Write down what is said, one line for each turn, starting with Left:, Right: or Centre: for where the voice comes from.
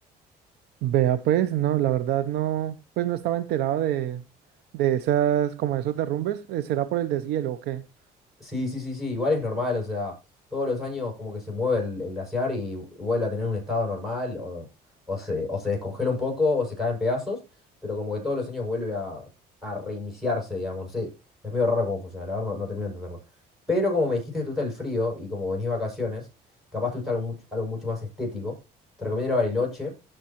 Right: Vea, pues no, la verdad no, pues no estaba enterado de, de esas, como esos derrumbes, Eh, ¿será por el deshielo o qué?
Centre: Sí, sí, sí, sí, igual es normal, o sea, todos los años como que se mueve el, el glaciar y vuelve a tener un estado normal, o, o se, o se descongela un poco, o se cae en pedazos, pero como que todos los años vuelve a, a reiniciarse, digamos, no sé, es medio raro cómo funciona, la verdad no, no termino de entenderlo. Pero como me dijiste que te gusta el frío y como venís de vacaciones, capaz te gusta algo mucho, algo mucho más estético, te recomiendo ir a Bariloche,